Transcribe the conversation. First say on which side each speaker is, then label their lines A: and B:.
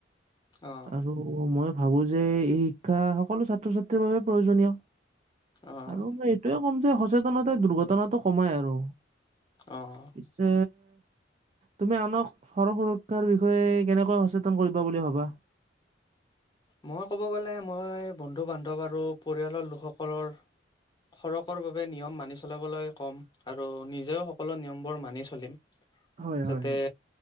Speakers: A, on the left; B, on the right.
A: অ',
B: আৰু। অ' মই ভাবো যে এই শিক্ষা সকলো ছাত্ৰ-ছাত্ৰীৰ বাবে প্ৰয়োজনীয়।
A: অ',
B: আৰু মই এইটোৱে ক'ম যে সচেতনতাই দুৰ্ঘটনাটো কমাই আৰু।
A: অ'।
B: পিছে তুমি আনক সৰ সুৰক্ষাৰ বি। ষয়ে কেনেকোৱা সচেতন কৰিব বুলি ভবা।
A: মই ক'ব গ'লে মই বন্ধু-বান্ধৱ আৰু পৰিয়ালৰ লোকসকলৰ। সৰকৰ বাবে নিয়ম মানি চলাবলৈ ক'ম আৰু নিজেও সকলো নিয়মবোৰ মানি চলিম।
B: হয়
A: যাতে
B: হয় হয়।